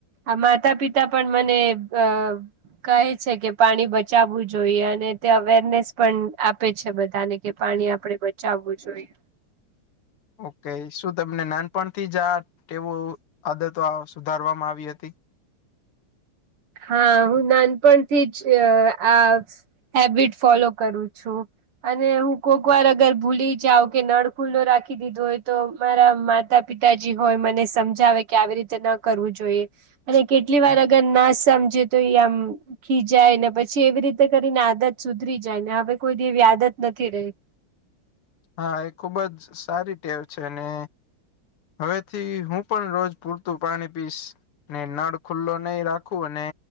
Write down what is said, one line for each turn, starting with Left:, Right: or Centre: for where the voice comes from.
Right: અ-માતા પિતા પણ મને બ-અ કહે છે કે પાણી બચાવું જોઈએ અને તે અવેરનેસ પણ આપે છે બધાને કે પાણી આપડે બચાવવું જોઈએ.
Left: ઓકે શું તમને નાનપણથી જ આ ટેવો આદતો અ-સુધારવામાં આવી હતી?
Right: હા હું નાનપણથી જ અ-આ સ્-હેબિટ ફોલો કરું છું. અને હું કોકવાર અગર ભૂલી જાવ કે નળ ખુલ્લો રાખી દીધો હોય તો મારા માતા પિતાજી હોય મને સમજાવે કે, આવી રીતે ન કરવું જોઈએ અને કેટલી
Left: હમ.
Right: વાર અગર ના સ મજે તો એ આમ ખીજાય ને પછી એવી રીતે કરીને આદત સુધરી જાય ને હવે કોઈ દી એવી આદત નથી રેય.
Left: હા એ ખુબ જ સારી ટેવ છે ને હવેથી હું પણ રોજ પૂરતું પાણી પીસ ને નળ ખુલ્લો નઈ રાખું અને